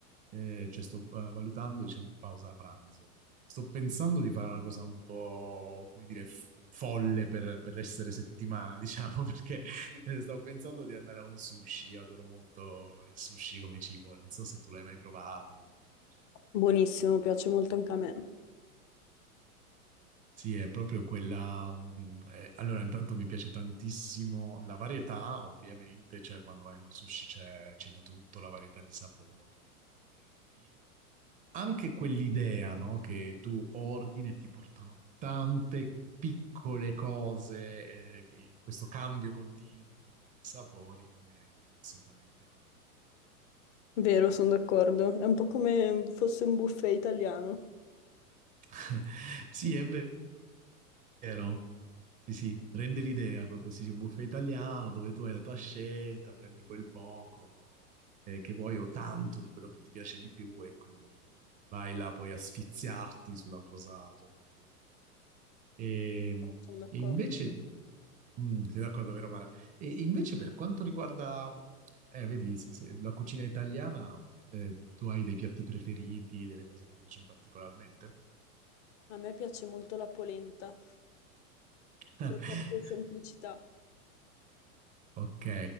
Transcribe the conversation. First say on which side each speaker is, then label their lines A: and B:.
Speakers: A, on the right; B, on the left.
A: eh, cioè sto eh, valutando, diciamo, pausa pranzo. Sto pensando di fare una cosa un po', come dire, f- folle per, per essere settimana, <laughs> diciamo, perché eh, stavo pensando di andare a un sushi. Io adoro molto il sushi come cibo, non so se tu l'hai mai provato, ti è mai piaciuto.
B: Buonissimo, piace molto anche a me.
A: Sì, è proprio quella. mh, eh, allora, intanto mi piace tantissimo la varietà, ovviamente, cioè quando vai in un sushi c'è c'è di tutto, la varietà di sapori, gli abbinamenti. Anche quell'idea, no? Che tu ordini e ti portano tante piccole cose, eh, che- questo cambio continuo di pronti e sapori non è, non è assolutamente male.
B: Vero, sono d'accordo. È un po' come fosse un buffet italiano.
A: <laughs> Sì, è vero. Vero? Sì, sì, rende l'idea proprio, sì, sì, un buffet italiano dove tu hai la tua scelta, prendi quel poco eh, che vuoi o tanto di quello che ti piace di più e quindi vai là poi a sfiziarti sulla cosa tua preferita. E,
B: Sono d'accordo.
A: e invece, mm, sei d'accordo, vero Mara? E invece per quanto riguarda, mm, eh, vedi, sì, sì, la cucina italiana, eh, tu hai dei piatti preferiti, delle cose che ti piacciono particolarmente?
B: A me piace molto la polenta,
A: <laughs>
B: per la sua semplicità.
A: Ok,